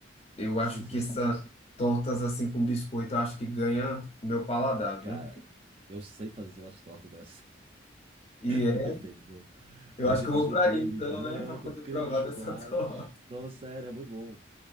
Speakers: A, on the left; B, on the right.
A: Eu
B: sim,
A: acho
B: sim,
A: que essas
B: sim.
A: tortas assim com biscoito, eu acho que ganha o meu paladar,
B: Cara,
A: viu?
B: eu sei fazer umas tortas dessas. <laughs>
A: E é,
B: É perfeito, viu?
A: eu
B: Aí
A: acho
B: você
A: que
B: faz
A: eu vou
B: um
A: para
B: creme
A: aí então,
B: branco,
A: né, para poder
B: creme
A: provar
B: de chocolate.
A: dessa <laughs> torta.
B: Nossa, sério, é muito bom.